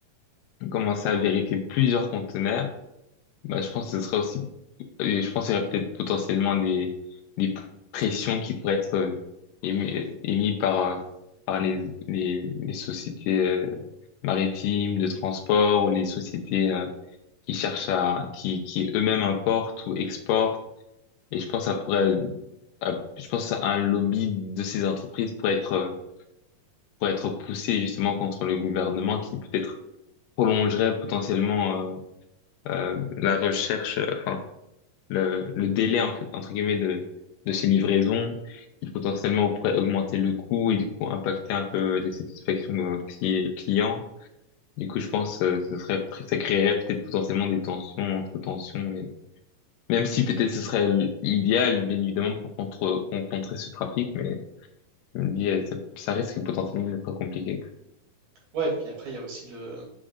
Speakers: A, on the left; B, on the right.
A: commencer à vérifier plusieurs conteneurs, Bah, je pense que ce sera aussi, et je pense qu'il y aurait peut-être potentiellement des, des pressions qui pourraient être euh, émi- émises par, euh, par les, les, les sociétés euh, maritimes de transport ou les sociétés euh, qui cherchent à, qui, qui eux-mêmes importent ou exportent. Et je pense que ça pourrait, à- je pense à un lobby de ces entreprises pour être, euh, pour être poussé justement contre le gouvernement qui peut-être prolongerait potentiellement euh, euh, la recherche, euh, enfin le, le délai en fait, entre guillemets de, de ces livraisons qui potentiellement pourrait augmenter le coût et du coup impacter un peu les satisfactions euh, cli- clients. Du coup, je pense euh, ce serait ça créerait peut-être potentiellement des tensions entre tensions et même si peut-être ce serait l'idéal bien évidemment pour contre pour contrer ce trafic, mais je me dis euh, ça, ça risque potentiellement d'être compliqué.
B: ouais, puis après, il y a aussi le,